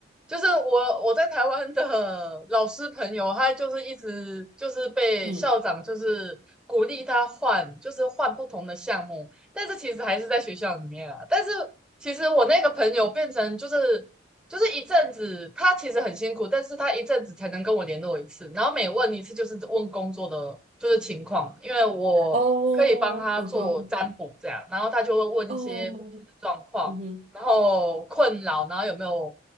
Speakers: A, in the centre; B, on the right.
A: 就是我我在台湾的老师朋友，他就是一直就是被校长就是鼓励他换，
B: 嗯，
A: 就是换不同的项目，但是其实还是在学校里面啊。但是其实我那个朋友变成就是就是一阵子，他其实很辛苦，但是他一阵子才能跟我联络一次，然后每问一次就是问工作的就是情况，因为我可以帮他做占卜这样，
B: 哦，嗯哼哼，
A: 然后他就会问一些目前的状况。
B: 哦，嗯哼，
A: 然后困扰，然后有没有